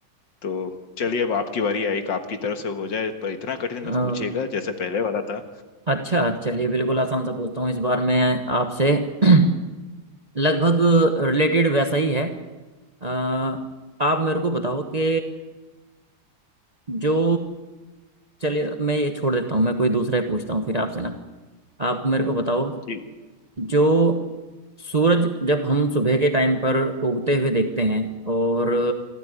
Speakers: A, on the left (about 65°); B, on the right (about 25°).
A: तो चलिए अब आपकी बारी आई एक आपकी तरफ से हो जाए पर इतना कठिन
B: अ,
A: मत पूछिएगा जैसा पहले वाला था
B: अच्छा चलिए बिल्कुल आसान सा पूछता हूँ इस बार मैं आपसे <clears throat> लगभग रिलेटेड वैसा ही है अ, आप मेरे को बताओ कि जो चलिए मैं ये छोड़ देता हूँ मैं कोई दूसरा ही पूछता हूँ फिर आपसे ना आप मेरे को बताओ
A: जी
B: जो सूरज जब हम सुबह के टाइम पर उगते हुए देखते हैं और